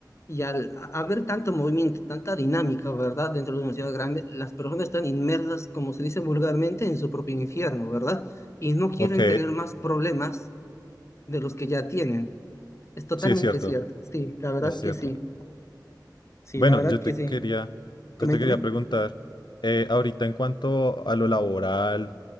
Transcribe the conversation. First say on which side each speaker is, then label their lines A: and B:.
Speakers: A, on the left; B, on the left.
A: y al a- haber tanto movimiento, tanta dinámica, ¿verdad? Dentro de una ciudad grande, las personas están inmersas, como se dice vulgarmente, en su propio infierno, ¿verdad? Y no quieren
B: Ok,
A: tener más problemas de los que ya tienen. Es totalmente
B: sí, es cierto,
A: cierto, sí, la verdad
B: es
A: que
B: cierto.
A: sí, sí,
B: Bueno,
A: la verdad
B: yo
A: que
B: te
A: sí.
B: quería,
A: Coméntame.
B: yo te quería preguntar, eh, ahorita en cuanto a lo laboral